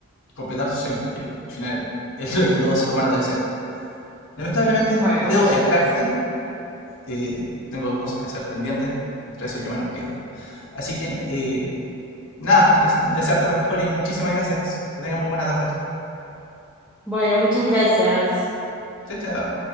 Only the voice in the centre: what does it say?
Bueno,
muchas
gracias.
Bueno, muchas gracias.